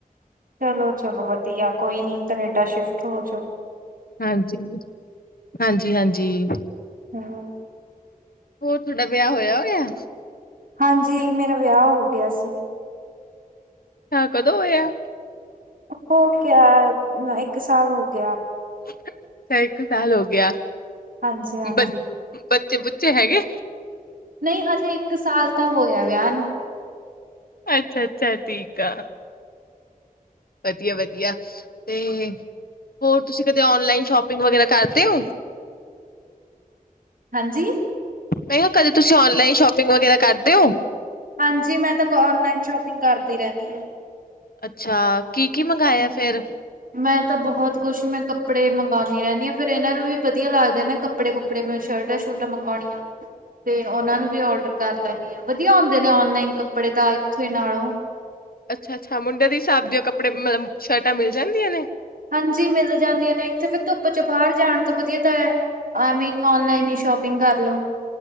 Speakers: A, on the right (about 70°); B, on the left (about 85°).
A: ਚਲੋ ਚਲੋ ਵਧੀਆ ਕੋਈ ਨੀ ਕਨੇਡਾ ਸ਼ਿਫਟ ਹੋਜੌ
B: ਹਾਂਜੀ ਹਾਂਜੀ ਜੀ ਹਾਂਜੀ
A: ਹੂੰ।
B: ਹੋਰ ਤੁਹਾਡਾ ਵਿਆਹ ਹੋਇਆ ਹੋਇਆ
A: ਹਾਂਜੀ ਮੇਰਾ ਵਿਆਹ ਹੋ ਗਿਆ ਸੀ
B: ਹਾ ਕਦੋਂ ਹੋਇਆ।
A: ਹੋ ਗਿਆ ਇੱਕ ਸਾਲ ਹੋ ਗਿਆ।
B: ਅੱਛਾ ਇੱਕ ਸਾਲ ਹੋ ਗਿਆ।
A: ਹਾਂਜੀ ਹਾਂਜੀ
B: ਬ ਬੱਚੇ ਬੁੱਚੇ ਹੈਗੇ।
A: ਨਹੀਂ ਹਜੇ ਇੱਕ ਸਾਲ ਤਾਂ ਹੋਇਆ ਵਿਆਹ ਨੂੰ
B: ਅੱਛਾ ਅੱਛਾ ਠੀਕ ਆ ਵਧੀਆ ਵਧੀਆ ਤੇ ਹੋਰ ਤੁਸੀਂ ਕਦੇ ਔਨਲਾਈਨ ਸ਼ੋਪਿੰਗ ਵਗੈਰਾ ਕਰਦੇ ਹੋ।
A: ਹਾਂਜੀ
B: ਮੈਂ ਕਿਹਾ ਕਦੇ ਤੁਸੀਂ ਔਨਲਾਈਨ ਸ਼ੋਪਿੰ ਗ ਵਗੈਰਾ ਕਰਦੇ ਓ
A: ਹਾਂਜੀ ਮੈਂ ਤਾਂ ਔਨਲਾਈਨ ਸ਼ੋਪਿੰਗ ਕਰਦੀ ਰਹਿੰਨੀ ਆ
B: ਅੱਛਾ ਕੀ-ਕੀ ਮੰਗਾਏਆ ਫੇਰ?
A: ਮੈਂ ਤਾਂ ਬਹੋਤ ਕੁੱਛ ਮੈਂ ਕੱਪੜੇ ਮੰਗੌਨੀ ਰੈਨੀ ਆ। ਫੇਰ ਐਨਾਂ ਨੂੰ ਵੀ ਵਦੀਆ ਲੱਗਦੇ ਨੇ ਨਾ ਕੱਪੜੇ ਕੁੱਪੜੇ ਮ ਸ਼ਲਟਾਂ- ਸੂ਼ਲਟਾਂ ਮੰਗੌਣੀਆ ਤੇ ਓਨਾਂ ਨੂੰ ਵੀ ਔਰਡਰ ਕਰ ਲੈਂਨੀ ਆ। ਵਦੀਆ ਆਉਂਦੇ ਨੇ ਓਨਲਾਈਨ ਕੱਪੜੇ ਤਾਂ ਏਥੋਂ ਨਾਲੋ਼।
B: ਅੱਛਾ-ਅੱਛਾ ਮੁੰਡੇ ਦੀ ਹਿਸਾਬ <unintelligible> ਕੱਪੜੇ ਮਲਬ ਸ਼ਲਟਾਂ ਮਿਲ ਜਾਂਦੀਆਂ ਨੇ?
A: ਹਾਂਜੀ ਮਿਲ ਜਾਂਦੀਆਂ ਨੇ, ਇੱਥੇ ਫਿਰ ਧੁੱਪ ਚ ਬਾਹਰ ਜਾਣ ਤੋਂ ਵਦੀਆ, ਤਾਂ ਐਵੇਂ ਈ ਓਨਲਾਈਨ ਈ ਸ਼ੋਪ ਪਿੰਗ ਕਾਰਲੋ।